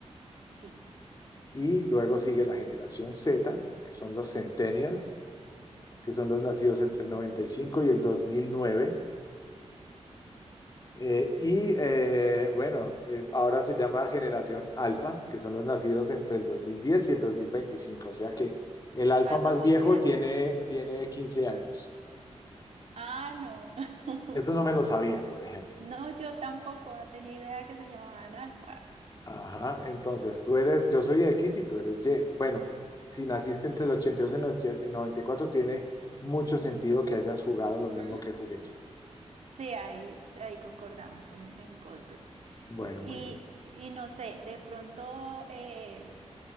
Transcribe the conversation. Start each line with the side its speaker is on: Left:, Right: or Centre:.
Right: Sí.
Left: Y luego sigue la generación Z, que son los centennials, que son los nacidos entre el noventa y cinco y el 2009. Eh, y eh, bueno, eh, ahora se llama generación alfa, que son los nacidos entre el 2010 y el dos mil veinticinco o sea que el alfa
Right: Ah,
Left: más
Right: todo
Left: viejo
Right: este año.
Left: tiene, tiene 15 años.
Right: Ah, no. <laughs>
Left: Eso no me lo sabía, por ejemplo.
Right: No, yo tampoco, no tenía idea que se llamaban alfa.
Left: Ajá, entonces tú eres, yo soy X y tú eres Y. Bueno, si naciste
Right: Mira.
Left: entre el ochenta y dos y el noventa y el 94, tiene mucho sentido que hayas jugado lo mismo
Right: Ujú.
Left: que jugué yo.
Right: Sí, ahí, ahí concordamos en, en cosas.
Left: Bueno,
Right: Y,
Left: muy bien.
Right: y no sé, de pronto, eh,